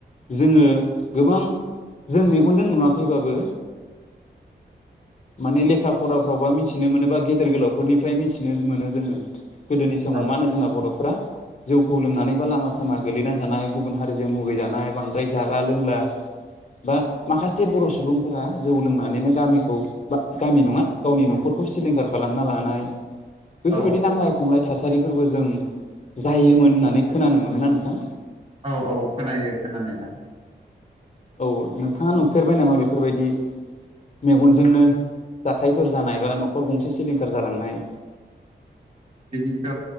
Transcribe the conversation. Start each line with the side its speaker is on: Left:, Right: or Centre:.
Left: जोङो गोबां जों मेगनजों नुवाखैबाबो माने लेखा फराफ्रावबा मिथि थिनो मोनोब बा गेदेर गोलावफोरनिफ्राय मिथिनो मोनो जोङो। गोदोनि समाव
Right: औ
Left: मा होनो जोंना बर'फोरा जौखौ लोंनानैबा लामा सामा गोगलैना थानाय गुबुन हारिजों मुगैजानाय बांद्राय जाला लोंला बा माखासे बर' सुबुंफोरा जौ लोंनानैनो गामिखौ बा गामि नङा गावनि न'खर खौ सिलिंखार खालामना लानाय बेफोरबायदि
Right: औ
Left: नांलाय खमलाय थासारिफोरबो जों जायोमोन होननानै खोनानो मोनोना नोंथां?
Right: औ औ खोनायो खोनानाया।
Left: औ नोंथाङा नुफेरबाय नामा बेफोरबायदि मेगनजोंनो जाथायफोर जानाय बा न'खर गंसे सिलिंखार जालांनाय <inaudible>
Right: बिदिथ'